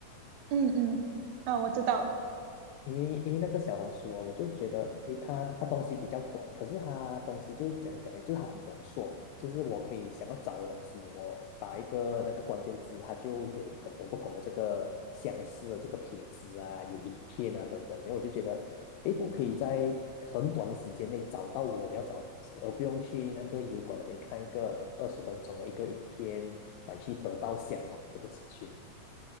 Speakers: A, on the right; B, on the left.
A: 嗯嗯，啊，我知道。
B: 因为因为那个小红书哦，我就觉得，诶，它它东西比较短，可是它东西就讲讲呢？就是它很浓缩，就是我可以想要找的东西，我打一个那个关键字，它就有很多不同的这个相似的这个帖子啊，有影片啊等等，然后我就觉得，诶，我可以在很短的时间内找到我要找的东西，而不用去那个油管那边看一个二十分钟的一个影片来去得到相同的这个资讯。